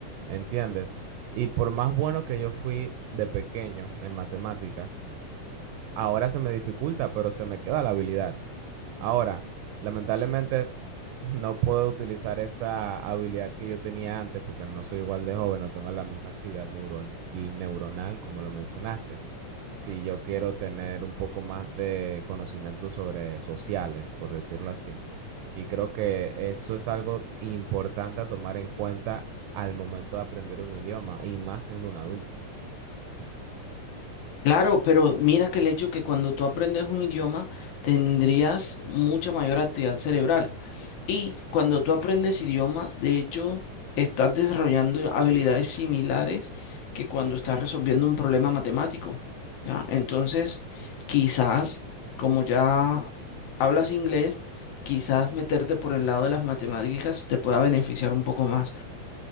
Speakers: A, on the right (about 85°); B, on the left (about 70°).
A: ¿entiendes? Y por más bueno que yo fui de pequeño en matemáticas, Ahora se me dificulta, pero se me queda la habilidad. Ahora, lamentablemente, <laughs> no puedo utilizar esa habilidad que yo tenía antes porque no soy igual de joven, no tengo la misma actividad neuro- neuronal como lo mencionaste. Si yo quiero tener un poco más de conocimiento sobre sociales, por decirlo así. Y creo que eso es algo importante a tomar en cuenta al momento de aprender un idioma y más siendo un adulto.
B: Claro, pero mira que el hecho que cuando tú aprendes un idioma tendrías mucha mayor actividad cerebral. Y cuando tú aprendes idiomas, de hecho, estás desarrollando habilidades similares que cuando estás resolviendo un problema matemático. ¿ya? Entonces, quizás, como ya hablas inglés, quizás meterte por el lado de las matemáticas te pueda beneficiar un poco más.